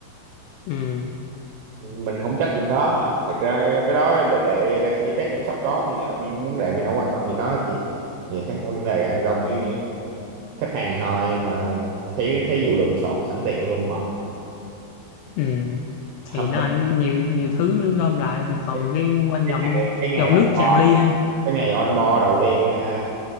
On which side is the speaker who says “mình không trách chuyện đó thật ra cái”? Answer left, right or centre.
Right